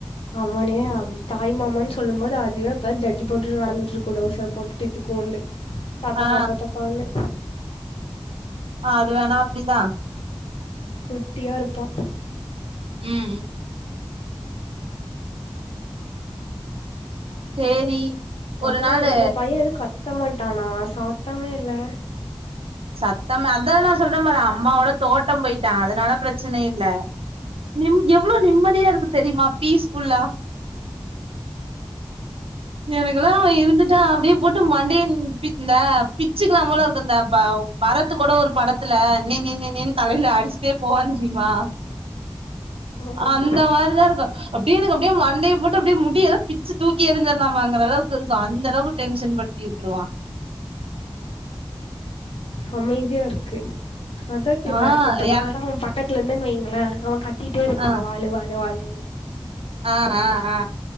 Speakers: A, on the left (about 80°); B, on the right (about 80°).
A: அவனே அம் தாய்மாமன்னு சொல்லும் போது அதுவே அப்பதா ஜட்டி போட் <unintelligible> நடந்துட்ருக்கு டவுசர் போட்டுட்டு இத்துக்கூண்டு தத்தக்கா
B: ஆ
A: புத்தக்கான்னு
B: ஆஹ் அது வேணா அப்டிதா
A: குட்டியா இருப்போ
B: உம் சேரி ஒரு
A: அப்பறம்
B: நாளு
A: உங்க பையன் எதுவும் கத்த மாட்டேன் ட்டானா சாத்தமே இல்ல
B: சத்தம் அதான் நான் சொல்றேன் மாறேன் அம்மாவோட தோட்டம் போயிட்டோன் அதனால பிரச்சனை இல் நிம் எவ்வளோ நிம்மதியா இருக்கு தெரியுமா பீஸஃபுல்லா எனக்குெல்லாம் இருந்துட்டா அப்டியே போட்டு மண்டயன் பிந்த க்கலாமல இருக்கு இந்த பரத்து கூட ஒரு படத் <inaudible> நீ நீன் தலையில அடிச்சிட்டே போவான்னு தெரியுமா
A: ஆமா
B: அந்த
A: ஆமா
B: மாரிதான் இருக்கும் அப்டியே எனக்கு அப்டியே மண்டயை போட்டு அப்டியே முடிய எல்லாம் பிச்சு தூக்கி இருந்தடலாமாங்கற அளவுக்கு இருக்கும் அந்த அளவுக்கு டென்ஷன் படுத்திட்டுருவான்
A: அமைதி இருக்கு அதான் கேட்டான்
B: ஆ
A: இப்ப நான
B: என்
A: பக்க <inaudible> வைங்களா அவன் க கட்டிட்டட்டே இருப்பான்
B: ஆ
A: வாழ வாழ வாழ இனை
B: ஆ ஆ ஆ